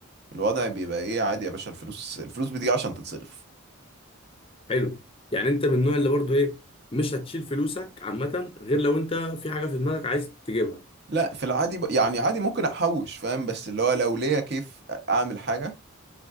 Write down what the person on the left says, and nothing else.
حلو يعني انت من النوع اللي برضو ايه مش هتشيل فلوسك عامه غير لو انت في حاجه في دماغك عايز تجيبها